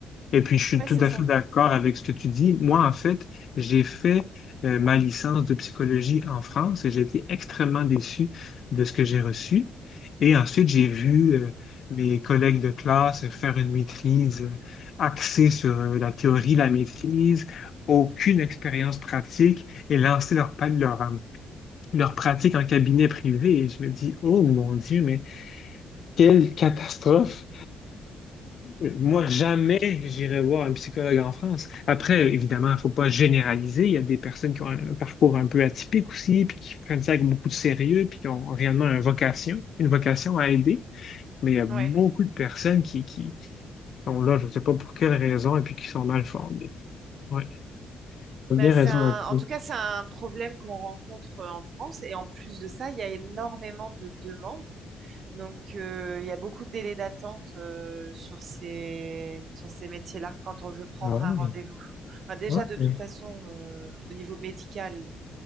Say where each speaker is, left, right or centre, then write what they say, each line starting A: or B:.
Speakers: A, on the left; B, on the right.
A: Et puis, je suis
B: ouais,
A: tout
B: c'est
A: à
B: ça.
A: fait d'accord avec ce que tu dis. Moi, en fait, j'ai fait euh, ma licence de psychologie en France et j'ai été extrêmement déçu de ce que j'ai reçu. Et ensuite, j'ai vu euh, mes collègues de classe faire une maîtrise euh, axée sur euh, la théorie, la maîtrise, aucune expérience pratique et lancer leur, pa- leur, euh, leur pratique en cabinet privé. Et je me dis, oh mon Dieu, mais quelle catastrophe! Moi, jamais j'irai voir un psychologue en France. Après, évidemment, il faut pas généraliser. Il y a des personnes qui ont un parcours un peu atypique aussi, puis qui prennent ça avec beaucoup de sérieux, puis qui ont réellement une vocation, une vocation à aider. Mais il y a beaucoup
B: Ouais.
A: de personnes qui, qui sont là, je ne sais pas pour quelle raison, et puis qui sont mal formées. Oui, tu as
B: Bah,
A: bien
B: c'est
A: raison
B: un-
A: là-dessus.
B: En tout cas, c'est un problème qu'on rencontre euh, en France. Et en plus de ça, il y a énormément de demandes. Donc, euh, il y a beaucoup de délais d'attente euh, sur ces, sur ces métiers-là quand on veut prendre
A: Ah ouais,
B: un rendez-vous. Enfin, déjà,
A: ok,
B: de
A: ouais,
B: toute façon, euh, au niveau médical,